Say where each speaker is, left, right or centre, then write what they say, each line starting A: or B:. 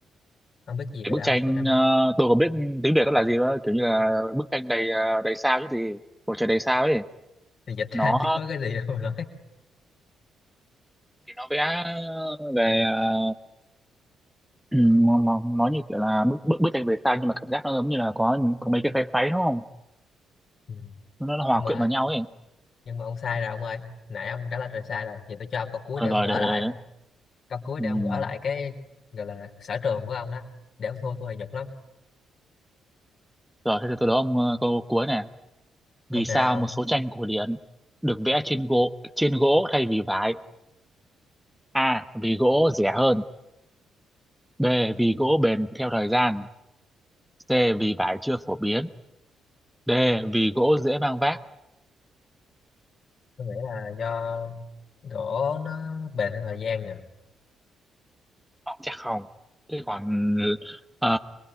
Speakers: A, on the left (about 55°); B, in the centre.
A: không biết gì
B: cái
A: về
B: bức
A: đâu
B: tranh
A: bức tranh đó
B: ờ, tôi không biết tiếng Việt nó là gì đó kiểu như là bức tranh đầy ờ, đầy sao chứ gì bầu trời đầy sao ấy
A: thì dịch ra
B: nó
A: chứ có cái gì đâu mà nói
B: thì nó vẽ về ờ, <clears throat> nó nó- nó như kiểu là bức bức, bức tranh về sao nhưng mà cảm giác nó giống như là có có mấy cái pháy pháy đúng không
A: Ừ.
B: nó, nó hòa
A: nhưng mà
B: quyện vào nhau ấy
A: nhưng mà ông sai rồi ông ơi nãy ông trả lời rồi sai rồi thì tôi cho ông câu cuối
B: Ờ,
A: để
B: rồi
A: ông gỡ
B: để, để
A: lại câu cuối
B: ừ,
A: để ông gỡ lại cái gọi là sở trường của ông đó để ông thua tôi thì nhục lắm
B: rồi thế thì tôi đố ông ờ, câu cuối nè
A: ok
B: vì sao
A: ông
B: một số tranh cổ điển được vẽ trên gỗ trên gỗ thay vì vải A. Vì gỗ rẻ hơn B Vì gỗ bền theo thời gian. C. Vì vải chưa phổ biến. D. Vì gỗ dễ mang vác.
A: tôi nghĩ là do gỗ nó bền theo thời gian nha
B: Ông chắc không. Thế còn ờ,